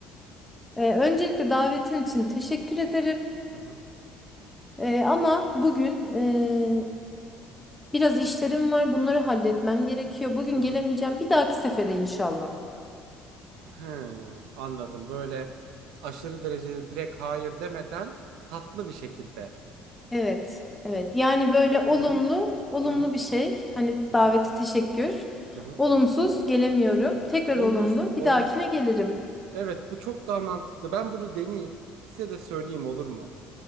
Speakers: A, in the centre; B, on the right.
A: Ee, öncelikle davetin için teşekkür ederim.
B: Hı hı.
A: Ee, ama bugün e, biraz işlerim var. Bunları halletmem gerekiyor. Bugün
B: Hı hı.
A: gelemeyeceğim. Bir dahaki sefere inşallah.
B: Hı, Anladım. Böyle aşırı derecede direkt hayır demeden tatlı bir şekilde.
A: Evet, evet. Yani böyle olumlu,
B: Hı hı.
A: olumlu
B: Hı hı.
A: bir şey. Hani
B: Hı
A: davete
B: hı.
A: teşekkür.
B: Hı hı.
A: Olumsuz gelemiyorum. Tekrar
B: Olur,
A: olumlu.
B: olur.
A: Bir dahakine gelirim.
B: Evet, bu çok daha mantıklı. Ben bunu deneyeyim. Size de söyleyeyim olur mu?